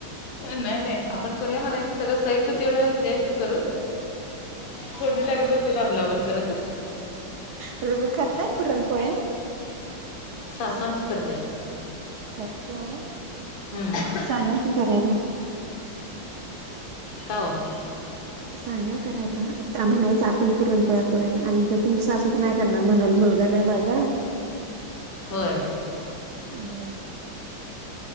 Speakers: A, on the left; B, on the right.
A: नाही नाही आपण करूया म्हणा सगळं साहित्य तेवढं द्यायचं करून. थोडणी टाकत बसते त आपलावण करत
B: ह मी करताय पुरणपोळ्या?
A: सासु आमची करता.
B: करत्या
A: हम्म
B: सांगा कि करायला.
A: का ओ?
B: सांगा करायला आ आमच आपण पुरणपोळा करूया आणि तुमची सासूक नाही. त्यांना म्हणल मुलगा नाय माझा
A: होय.
B: हम्म.